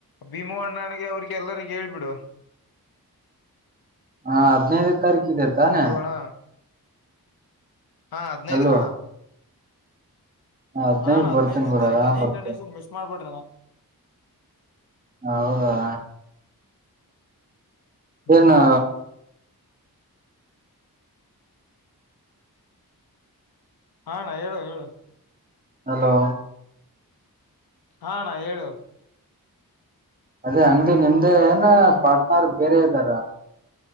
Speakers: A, on the left; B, on the right.
A: ಭೀಮೂ ಅಣ್ಣಾನಿಗೆ ಅವ್ರಿಗೆ ಎಲ್ಲರಿಗ ಹೇಳ್ಬಿಡು
B: ಹಾ ಹದ್ನೈದ್ನೇ ತಾರೀಕ ಇದೆ ತಾನೆ
A: ಹಲೋ ಅಣ್ಣ ಹಾ ಹದ್ನೈದು
B: ಅಲ್ವೋ
A: ಕಣಾ
B: ಹದಿನೈದಕ್
A: ಹಾ ಅಣಾ ಹದ್ನೈದ್ನೇ
B: ಬರ್ತೀನಿ ಗುರು
A: ತಾರೀಕ
B: ಆರಾಮ್
A: ಎನೀ
B: ಬರ್ತೀನಿ
A: ಕಂಡೀಷನ್ ಮಿಸ್ ಮಾಡ್ಬೇಡ್ರಣಾ
B: ಹೌದಾ
A: ಹ್ಮ್
B: ಏನು
A: ಹಾ ಅಣಾ ಹೇಳು ಹೇಳು
B: ಹಲೋ
A: ಹಾ ಅಣಾ ಹೇಳು
B: ಅದೇ ಅಂಗಡಿ ನಿಮ್ದೆ ಏನ ಪಾರ್ಟ್ನರ್ ಬೇರೆ ಇದ್ದಾರ